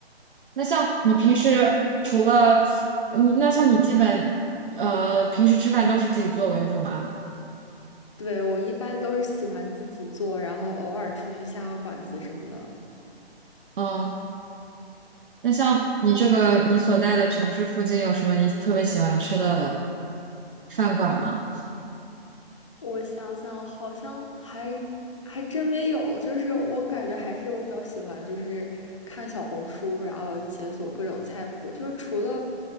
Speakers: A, on the right; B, on the left.
A: 那像你平时除了你，那像你基本呃平时吃饭都是自己做为主吗？
B: 对，我一般都是喜欢自己做，然后偶尔出去下个馆子什么的。
A: 嗯。那像你这个你所在的城市附近有什么你特别喜欢吃的饭馆吗？
B: 我想想，好像还还真没有，就是我感觉还是我比较喜欢，就是看小红书，然后解锁各种菜谱，就是除了